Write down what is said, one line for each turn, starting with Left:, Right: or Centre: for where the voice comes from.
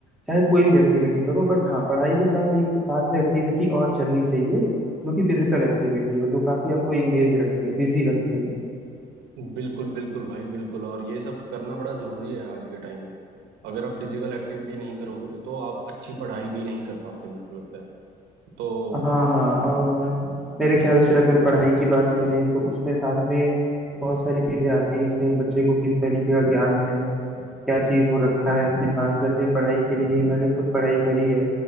Centre: चाहे कोई भी एक्टिविटी करो बट हाँ पढ़ाई के साथ एक साथ में एक्टिविटी और चलनी चाहिए जो कि फिजिकल एक्टिविटी हो जो काफी आपको एंगेज रखे बिजी रखे
Right: बिल्कुल बिल्कुल भाई बिल्कुल और ये सब करना बड़ा जरूरी है आज के टाइम में अगर आप फिजिकल एक्टिविटी नहीं करोगे तो आप अच्छी पढ़ाई भी नहीं कर पाते मेरे को लगता है तो
Centre: हाँ हाँ और मेरे ख्याल से अगर पढ़ाई की बात करें तो उसमें साथ में बहुत सारी चीजें आती हैं जैसे बच्चे को किस तरीके का ज्ञान है क्या चीज वो रखता है अपने पास जैसे पढ़ाई के लिए मैंने खुद पढ़ाई करी है